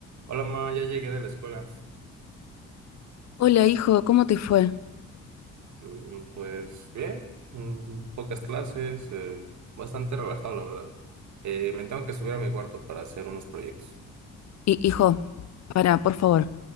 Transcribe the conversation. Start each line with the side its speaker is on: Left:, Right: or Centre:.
Right: Hola, ma, ya llegué de la escuela.
Left: Hola, hijo, ¿cómo te fue?
Right: Mm, Pues bien, mm, pocas clases, eh, bastante relajado, la verdad. Eh, me tengo que subir a mi cuarto para hacer unos proyectos.
Left: Hi- hijo, para, por favor,